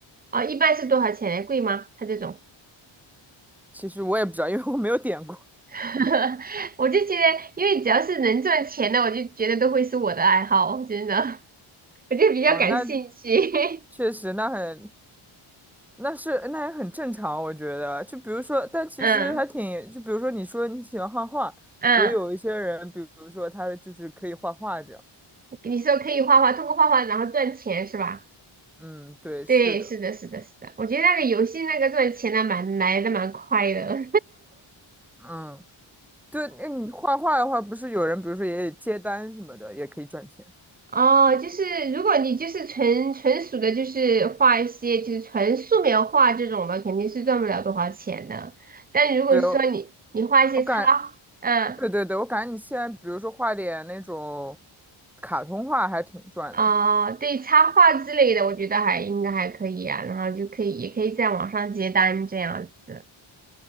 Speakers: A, on the right; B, in the centre.
A: 哦，一般是多少钱？贵吗？他这种，
B: 其实我也不知道，因为我没有点过。
A: <laughs> 我就觉得，因为只要是能赚钱的，我就觉得都会是我的爱好，真的，<laughs> 我就比较感兴趣。
B: 啊，那确实，那很，那是那也很正常，我觉得。就比如说，但其实还挺，
A: <laughs> 嗯
B: 就比如说你说你喜欢画画，
A: 嗯，
B: 也有一些人，比如说他就是可以画画这样。
A: 你说可以画画，通过画画然后赚钱是吧？
B: 嗯，对，
A: 对，
B: 是的，
A: 是的，是的，是的，我觉得那个游戏那个赚钱的蛮来的蛮快的。
B: 嗯。对，那你画画的话，不是有人，比如说也接单什么的，也可以赚钱。
A: 哦，就是如果你就是纯纯属的，就是画一些就是纯素描画这种的，肯定是赚不了多少钱的。但如果说你你画一些插，
B: 对哦，我我感，
A: 嗯
B: 对对对，我感觉你现在，比如说画点那种卡通画，还挺赚的。
A: 啊、对插画之类的，我觉得还应该还可以啊。然后就可以也可以在网上接单这样子。